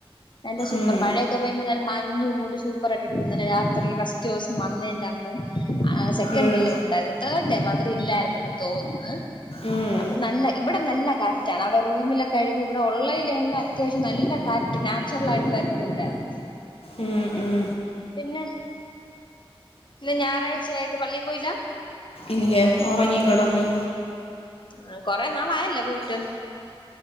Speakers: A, on the left; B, on the left.
A: എല്ല സൂപ്പർ
B: ഉം
A: മഴയൊക്കെ പെയ്യുമ്പോ നല്ല മഞ്ഞു മൂടി സൂപ്പർ ആയിട്ട് എടുക്കും ങ്ങ്നെ രാത്രി ഫസ്റ്റ് സം വന്നേന്റ അന്ന് ആ സെക്കൻേ
B: ഉം
A: ഉണ്ടത് തേർഡേ മാത്രം ഇല്ലായിരുന്നെന്ന് തോന്ന്ന്ന്
B: ഉം
A: അപ്പൊ നല്ല ഇവിടെ നല്ല കാറ്റാണ് അവിടെ റൂമിലൊക്കെ ഴിഞ്ഞ് ഇവിടെ ഉള്ളൽ ന്നെ അത്യാവശ്യം നല്ല കാറ്റ് നാ ചർലായിട്ട് വരുന്നത് ഇവിടെയാണ്
B: ഉം ഉം
A: പിന്നെ ഇന്ന് ഞായറാഴ്ചയായിട്ട് പള്ളി പോയില്ല
B: ഇല്ല ഉറങ്ങി കിടന്നു
A: ആ കൊറെ നാളായല്ലോ പോയിട്ട്